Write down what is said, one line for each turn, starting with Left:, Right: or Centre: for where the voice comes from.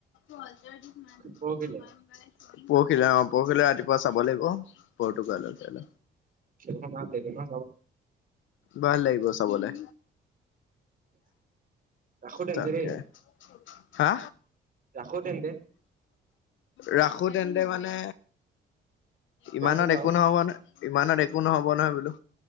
Left: পৰহিলৈ
Right: পৰহিলে
Left: অ, পৰহিলৈ ৰাতিপুৱা চাব লাগিব। পৰ্টুগাল হয় তেল
Right: সেই ন দে ভা
Left: ভাল লাগিব চাবলৈ
Right: ৰাখো তেন্তে
Left: তাকাকে
Right: দেই
Left: হা
Right: ৰাখো তেন্তে
Left: ৰাখো তেন্তে মানে
Right: কিবা
Left: ইমানত
Right: আছিলে
Left: একো
Right: আৰু
Left: নহব ন ইমানত একো নহব নহয় বোলো